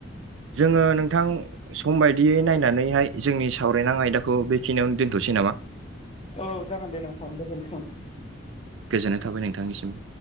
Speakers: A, on the right; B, on the left.
A: जोङो नोंथां सम बायदियै नायनानैहाय जोंनि सावरायनां आयदाखौ बेखिनियावनो दोनथ'नोसै नामा?
B: औ जागोन दे नोंथां गोजोनथों।
A: गोजोननाय थाबाय नोंथांनिसिम।